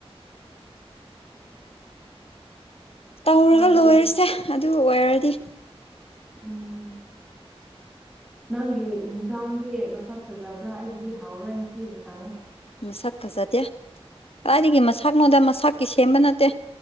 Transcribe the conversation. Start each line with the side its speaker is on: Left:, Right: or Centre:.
Centre: <unintelligible>
Left: ꯇꯧꯔꯒ
Centre: ꯇꯥꯕ꯭ꯔꯣ
Left: ꯂꯣꯏꯔꯁꯦ ꯑꯗꯨ ꯑꯣꯏꯔꯗꯤ
Centre: ꯎꯝ ꯅꯪꯒꯤ ꯏꯟꯖꯥꯡꯗꯤ ꯃꯁꯛ ꯐꯖꯕ꯭ꯔꯥ ꯑꯩꯒꯤꯗꯤ ꯍꯥꯎꯔꯣꯏ ꯉꯁꯤꯒꯤ ꯈꯪꯉꯦ
Left: ꯃꯁꯛ ꯐꯖꯗꯦ ꯀꯗꯥꯏꯗꯒꯤ ꯃꯁꯥꯛꯅꯣꯗ ꯃꯁꯥꯀꯤ ꯁꯦꯝꯕ ꯅꯠꯇꯦ